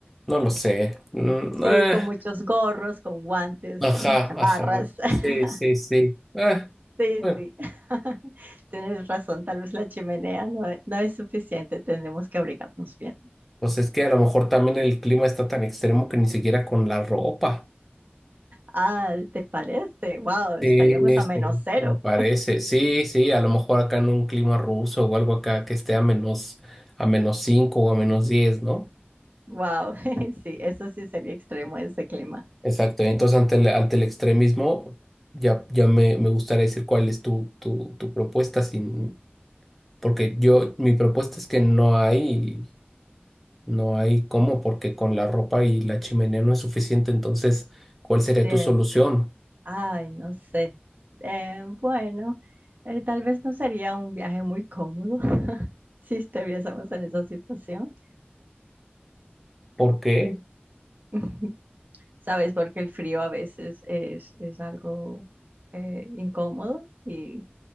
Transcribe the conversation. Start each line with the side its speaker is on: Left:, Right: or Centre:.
Centre: no lo sé. Mm,
Right: Sí,
Centre: eh.
Right: con muchos gorros, con guantes,
Centre: Ajá,
Right: con chamarras.
Centre: ajá.
Right: <laughs>
Centre: Sí, sí, sí. Ah,
Right: Sí,
Centre: bueno,
Right: sí. <laughs> Tienes razón, tal vez la chimenea no, e- no es suficiente, tendremos que abrigarnos bien.
Centre: pues es que a lo mejor también el clima está tan extremo que ni siquiera con la ropa.
Right: Ah, ¿te parece? Wow,
Centre: Sí,
Right: estaríamos a
Centre: sí,
Right: menos cero.
Centre: me parece. Sí, sí, a lo mejor acá en un clima ruso o algo acá que esté a menos, a menos 5 o a menos diez ¿no?
Right: Wow, <laughs> sí, eso sí sería extremo ese clima.
Centre: Exacto. Entonces, ante el, ante el extremismo, ya, ya me, me gustaría decir cuál es tu, tu, tu propuesta sin, porque yo, mi propuesta es que no hay. No hay cómo, porque con la ropa y la chimenea no es suficiente. Entonces, ¿cuál sería
Right: Sí.
Centre: tu solución?
Right: Ay, no sé. Eh, bueno, eh, tal vez no sería un viaje muy cómodo <laughs> si estuviésemos en esa situación.
Centre: ¿Por qué?
Right: <laughs> Sabes, porque el frío a veces es, es algo eh, incómodo y